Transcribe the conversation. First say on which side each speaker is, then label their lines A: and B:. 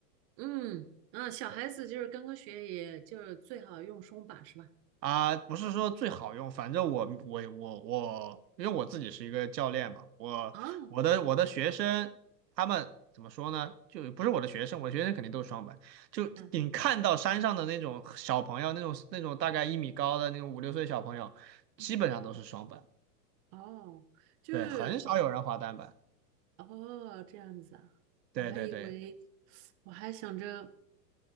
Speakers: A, on the right; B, on the right.
A: 嗯，啊，小孩子就是刚刚学，
B: 对
A: 也就是最好用松绑是吧？
B: 啊，不是说最好用，反正我我我我，因为我自己是一个教练嘛，我我的我的学生他们怎么说呢？
A: 哦，
B: 就不是我的学生，我的学生肯定都是双板。就你看到山上的那种小朋友，
A: 嗯
B: 那种那种大概一米高的那种五六岁小朋友，基本上都是双板。
A: 嗯，哦，就是
B: 对，很少有人滑单板。
A: 哦这样子啊，我还以为，
B: 对对对，
A: 我还想着，